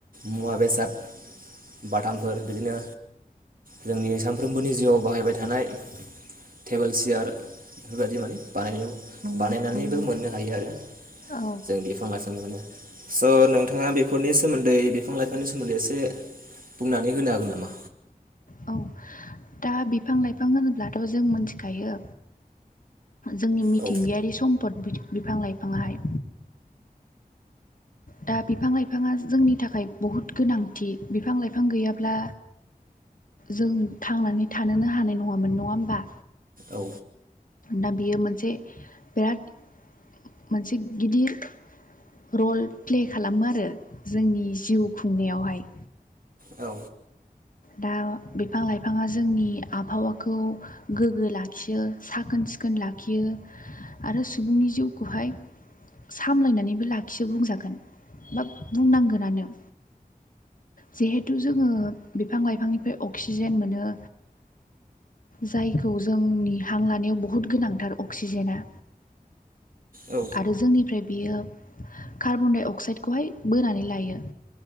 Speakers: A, on the right (about 65°); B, on the left (about 60°).
A: मुवा बेसाद बातामफोर बिदिनो जोंनि सानफ्रोमबोनि जिउआव बाहायबाय थानाय टेबोल सियार बेफोरबादि माने बानायनायाव बानायनानैबो मोननो हायो आरो
B: औ
A: जों बिफां लायफांनि मोनो स' नोंथाङा बेफोरनि सोमोन्दै बिफां लाइफांनि सोमोन्दै एसे बुंनानै होनो हागोन नामा
B: औ दा बिफां-लाइफां होनोब्लाथ' जों मोनथिखायो। जोंनि मिथिंगायारि
A: औ
B: सम्पद बि-बिफां लाइफाङाहाय दा बिफां-लाइफाङा जोंनि थाखाय बहुत गोनांथि बिफां लाइफां गैयाब्ला जों थांनानै थानोनो हानाय नङामोन नङा होमबा
A: औ
B: दा बेयो मोनसे बिराद मोनसे गिदिर रल प्ले खालामो आरो जोंनि जिउ खुंनायावहाय
A: औ
B: दा बिफां-लाइफाङा जोंनि आबहावाखौ गोग्गो लाखियो साखोन सि सिखोन लाखियो आरो सुबुंनि जिउखौहाय सामलायनानैबो लाखियो बुंजागोन बा बुंनांगोनानो जिहेथु जोङो बिफां-लाइफांनिफ्राय अक्सिजेन मोनो। जायखौ जोंनि हां लानायाव बहुद गोनांथार अक्सिजेना
A: औ
B: आरो जोंनिफ्राय बेयो कार्बन डाइ अक्साइदखौहाय बोनानै लायो।